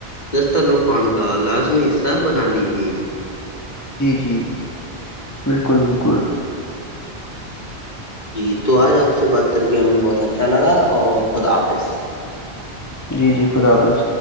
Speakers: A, on the left; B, on the left.
A: دستانفان کا لازمی حصہ سب بنا لیجیے
B: جی جی بالکل بالکل
A: جی تو آج آپ سے بات کر کے ہمیں بہت اچھا لگا اور خود حافظ
B: جی جی خدا حافظ